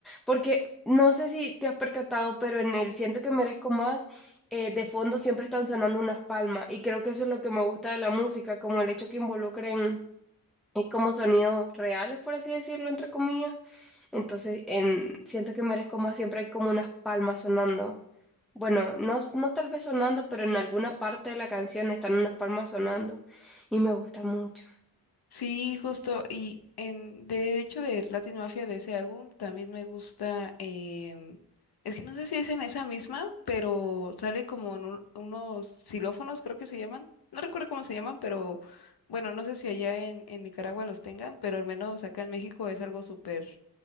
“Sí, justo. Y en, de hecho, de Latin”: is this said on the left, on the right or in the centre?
Left